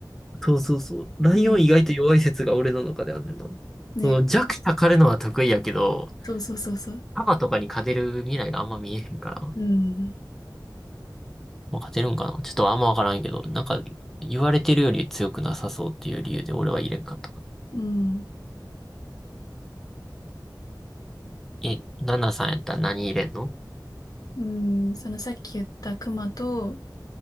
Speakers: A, in the centre; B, on the left.
A: そうそうそう。ライオン意外と弱い説が俺の中であんねんな。
B: うん。ね。
A: その弱者狩るのは得意やけど、
B: そうそうそうそう。
A: カとかに勝てる未来があんま見えへんから。
B: うん。
A: まあ、勝てるんかなちょっとあんまわからんけど、なんか言われてるより強くなさそうっていう理由で俺は入れんかったかな。
B: うん。
A: え、ナナさんやったら何入れんの
B: うん。そのさっき言ったクマと、